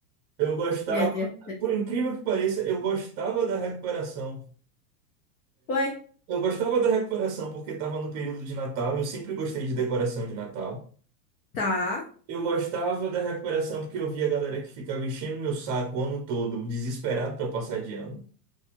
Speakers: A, on the right; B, on the left.
A: Eu gostava,
B: <laughs> Meu Deus. do céu.
A: por incrível que pareça, eu gostava da recuperação.
B: Ué?
A: Eu gostava da recuperação porque estava no período de Natal, eu sempre gostei de decoração de Natal.
B: Tá.
A: Eu gostava da recuperação porque eu via a galera que ficava enchendo meu saco o ano todo, desesperado para passar de ano.